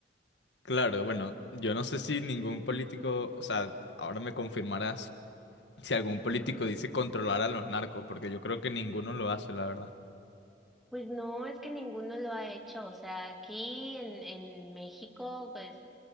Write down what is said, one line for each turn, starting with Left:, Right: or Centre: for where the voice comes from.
Left: Claro, bueno, yo no sé si ningún político, o sea, ahora me confirmarás si algún político dice controlar a los narcos, porque yo creo que ninguno lo hace, la verdad.
Centre: Pues no, es que ninguno lo ha hecho. O sea, aquí en, en México, pues